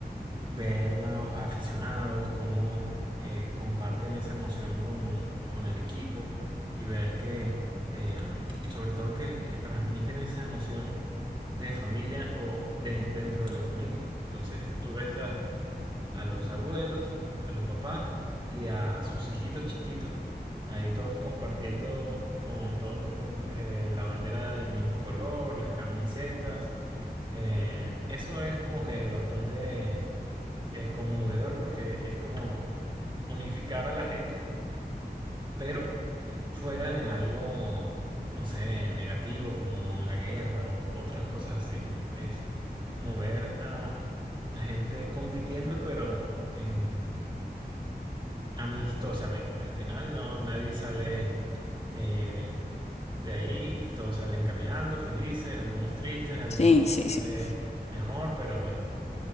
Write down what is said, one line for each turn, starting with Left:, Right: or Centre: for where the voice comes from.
Right: ver los aficionados, cómo eh, comparten esa emoción con, con, el equipo y ver que, eh, sobre todo, que transmiten esa emoción de familia o de, dentro de la familia. Entonces tú ves a a los abuelos, a los papás y a sus hijitos chiquitos, ahí todos compartiendo con todos con eh, la bandera del mismo color, las camisetas. Eh, eso es como que bastante eh, conmovedor porque es como unificar a la gente, pero fuera de algo, no sé, negativo como la guerra o otras cosas así, ¿no? Es como ver a, a gente compitiendo pero en amistosamente. Al final no nadie sale eh, de ahí, todos salen caminando, felices, algunos tristes, algunos
Left: Sí, sí,
Right: eh,
Left: sí.
Right: mejor, pero bueno.